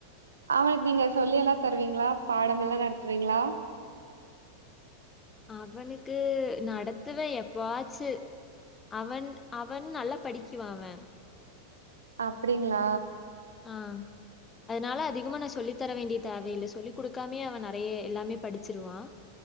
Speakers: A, on the right; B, on the left.
A: அவ எப்டி நீங்க சொல்லி எல்லா தருவீங்களா பாடங்கள்ல்லா நடத்துவீங்களா
B: அவனுக்கு நடத்துவே எப்போ ஆச்சு அவன் அவன் நல்லா படிக்கிவா அவன்
A: அப்புடிங்களா
B: ஆ அதனால அதிகமா நான் சொல்லி தர வேண்டிய தேவையில்ல சொல்லி் குடுக்காமே அவன் நறைய எல்லாமே படிச்சிருவான்